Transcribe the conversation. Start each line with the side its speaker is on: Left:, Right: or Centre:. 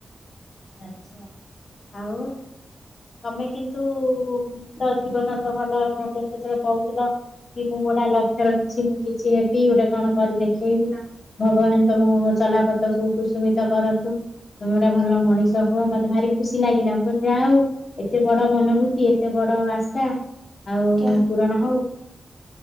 Left: ଆଚ୍ଛା ଆଉ? ତମେ କିନ୍ତୁ ତା ଜୀବନ ତ ଭଲ ମତେ ସେଥିରେ କହୁଥିଲ। କି ମୁଁ ଗୋଟେ ଲକ୍ଷ୍ୟ ରଖିଛି। ମୁଁ କିଛି ହେବି ଗୋଟେ କଣ କରି
Right: ନିଶ୍ଚିନ୍ତ
Left: ଦେଖେଇବି। ଭଗବାନ ତମ ଚଲାପଥ କୁ କୁସୁମିତ କରନ୍ତୁ। ତମେ
Right: ଆଜ୍ଞା
Left: ଗୋଟେ ଭଲ ମଣିଷ ହୁଅ। ମତେ ଭାରି ଖୁସି ଲାଗିଲା ମୁଁ କହିଲି ଯାହା ହଉ ଏତେ ବଡ ମନୋଭୂତି ଏତେ ବଡ଼ ଆଶା। ଆଉ
Right: ଆଜ୍ଞା।
Left: ପୂରଣ ହଉ।